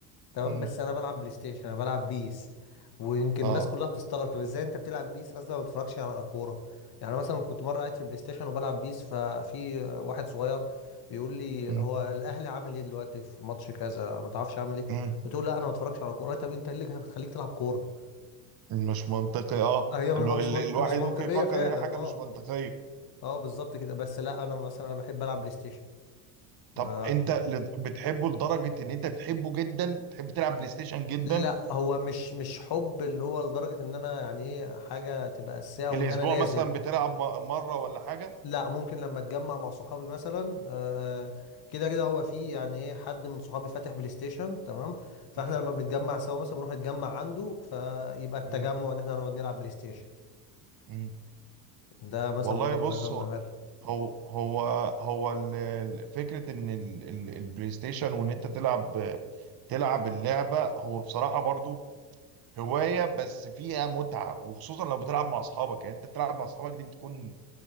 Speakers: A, on the left; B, on the right.
A: تمام
B: مم.
A: بس انا بلعب بلاي ستيشن انا بلعب بيس ويمكن
B: اه
A: الناس كلها بتستغرب طب ازاي انت بتلعب بيس اصلا ما بتتفرجش على كوره يعني أنا مثلا كنت مره قاعد في البلاي ستيشن وبلعب بيس ففي واحد صغير بيقول لي
B: مم.
A: هو الاهلي عامل ايه دلوقتي في ماتش كذا ما تعرفش عامل ايه
B: مم.
A: قلت له لا انا ما بتفرجش على كوره طب انت إيه اللي بتخليك تلعب كوره
B: مش منطقي اه
A: آه، هي هو
B: ال- ال-
A: مش منط...
B: الواحد
A: مش منطقيه
B: ممكن يفكر
A: فعلا
B: ان هي حاجه
A: اه
B: مش منطقيه
A: اه بالظبط كده بس لا انا مثلا انا بحب العب بلاي ستيشن
B: طب
A: ما...
B: انت ل- بتحبه لدرجه ان انت بتحبه جدا تحب تلعب بلاي ستيشن جدا
A: لا هو مش مش حب اللي هو لدرجه ان انا يعني ايه حاجه تبقى اساسيه وان
B: الاسبوع
A: انا لازم
B: مثلا بتلعب م- مره ولا حاجه
A: لا ممكن لما اتجمع مع صحابي مثلا آه، آه، كده كده هو في يعني ايه حد من صحابي فاتح بلاي ستيشن تمام فاحنا
B: مم.
A: لما بنتجمع سوا مثلا بنروح نتجمع عنده فيبقى التجمع
B: مم.
A: ان احنا نقعد نلعب بلاي ستيشن
B: مم.
A: ده مثلا
B: والله
A: من ضمن
B: بص
A: الحاجات اللي
B: هو
A: بنعملها
B: هو هو هو ال- ال- فكرة ان ال- ال- البلاي ستيشن وان انت تلعب تلعب اللعبة هو بصراحة برضو هواية بس فيها متعة وخصوصا لو بتلعب مع اصحابك يعني انت بتلعب مع اصحابك دي بتكون